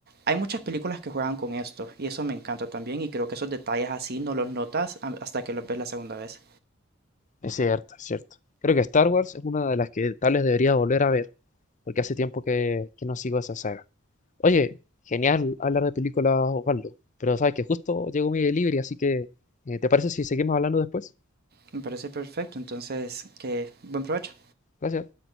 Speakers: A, on the right (about 50°); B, on the left (about 35°).
A: hay muchas películas que juegan con esto y eso me encanta también y creo que esos detalles así no los notas hasta que los ves la segunda vez.
B: Es cierto, es cierto. Creo que Star Wars es una de las que tal vez debería volver a ver, porque hace tiempo que, que no sigo esa saga. Oye, genial hablar de películas, Osvaldo, pero sabes que justo llegó mi delivery, así que eh, ¿te parece si seguimos hablando después?
A: Me parece perfecto, entonces que buen provecho.
B: Gracias.